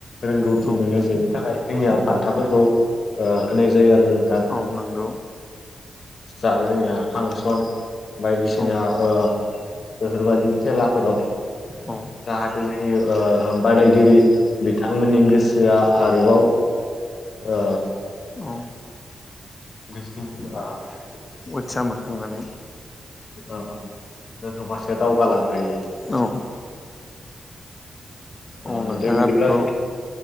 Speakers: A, on the left (about 60°); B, on the left (about 30°).
A: रोंगौथि
B: औ
A: मोनो बेनि थाखाय जोंनिया बान्थाफोरखौ ओ होनाय जायो आरोना नोंथां।
B: औ नंगौ
A: जा जोंनिया फांसन बायदिसिना
B: औ
A: ओ बेफोरबायाददि खेलाफोराव
B: औ
A: जाहाथे जोंनि ओ बादायगिरि
B: औ
A: नोंथांमोननि गोसोआ आरोबाव ओ
B: अ
A: <unintelligible>
B: उतसा मोनखांनानै
A: ओ ओ गोजौफारसे दावगालांहोयो।
B: औ।
A: ओ
B: औ नोंथाङा
A: दे बिदिब्ला
B: बेखौ